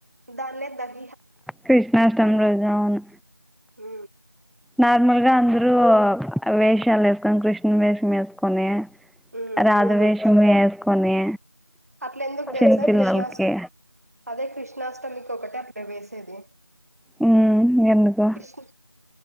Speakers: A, on the right (about 35°); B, in the centre.
A: దాన్నే దహ
B: కృష్ణాష్టమి రోజు అవును
A: ఉ
B: నార్మల్గా అందరు వేషాలు వేసుకొని కృష్ణుడి వేషం వేసుకొని
A: ఉమ్
B: రాధ
A: రాధాకృష్ణ
B: వేషం వేసుకొని
A: అట్ల ఎందుకు తెల్సా
B: చిన్న పిల్లలకి
A: కృష్ణస్టమి అదే కృష్ణాష్టమికి ఒకటే అట్ల వేసేది
B: ఉ ఎందుకు
A: కృష్ణ